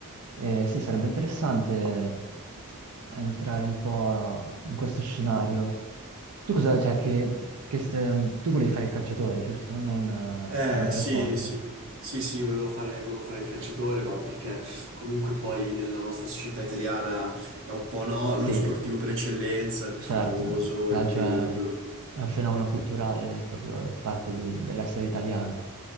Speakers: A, on the right; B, on the right.
A: Eh, sì, sarebbe interessante entrare un po' in questo scenario. Tu cosa, cioè, che, che st- tu volevi fare il calciatore, giusto? Non eh,
B: Eh,
A: un altro
B: sì,
A: sport.
B: sì. Sì, sì, volevo fare, volevo fare il calciatore, ma perché comunque poi nella nostra società italiana è un po', no, lo
A: Sì,
B: sportivo per eccellenza, il più
A: certo,
B: famoso,
A: il calcio
B: il più,
A: è,
B: quello
A: è un fenomeno culturale, è proprio parte di- dell'essere italiano.